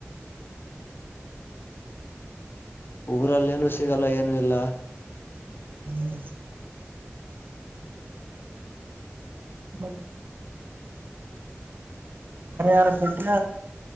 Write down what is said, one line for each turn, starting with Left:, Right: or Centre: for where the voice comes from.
Left: ಊರಲ್ಲಿೇನು ಸಿಗಲ್ಲ ಏನು ಇಲ್ಲ
Right: ಹ್ಮ್ ಹ್ಮ ಪರಿಹಾರ ಕೊಟ್ರ